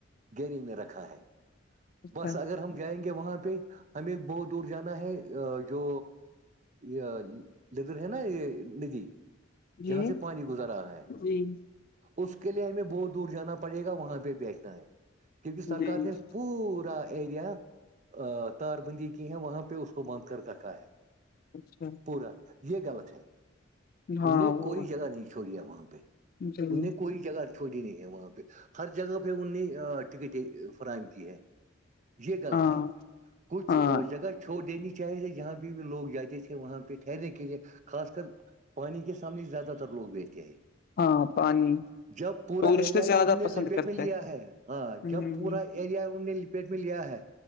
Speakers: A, on the right; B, on the left.
A: گیری میں رکھا ہے
B: اچھا
A: بس اگر ہم جائیں گے وہاں پہ ہمیں بہت دور جانا ہے جو یہ لدر ہے نا یہ ندھی
B: جی
A: جہاں سے پانی گزارا ہے
B: جی
A: اس کے لیے ہمیں بہت دور جانا پڑے گا وہاں پہ بیٹھنا ہے کیونکہ سرکار
B: جی
A: نے پورا ایریا تار بندی کی ہے وہاں پہ اس کو بند کاکھا ہے
B: اچھا
A: پورا یہ غلط ہے
B: ہاں
A: ان نے
B: وہ
A: کوئی جگہ نہیں چھوڑی ہے وہاں پہ
B: ہے۔ جی
A: ان نے کوئی جگہ چھوڑی نہیں ہے وہاں پہ ہر جگہ پہ ان نے ٹکٹیں فراہم کی ہے یہ غلط
B: ہاں
A: ہے کچھ
B: ہاں
A: جگہ چھوڑ دینی چاہے تھ جہاں پہ بھی لوگ جاتے تھے وہاں پہ ٹہرنے کے لیے خاص کر پانی کے سامنے ہی زیادہ تر لوگ بیٹھتے ہیں
B: ہاں پانی
A: جب پورا
B: ٹورسٹ
A: ایریا ہی
B: زیادہ
A: ان نے
B: پسند
A: لپیٹ
B: کرتے
A: میں لیا
B: ہیں
A: ہے ہاں جب
B: ہ
A: پورا ایریا ان نے پیٹ میں لیا ہے